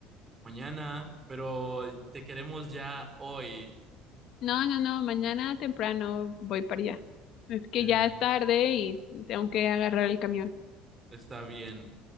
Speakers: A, on the right; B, on the left.
A: mañana, pero te queremos ya hoy.
B: No, no, no, mañana temprano voy para allá. Es que
A: Eh,
B: ya es tarde y tengo que agarrar el camión.
A: está bien.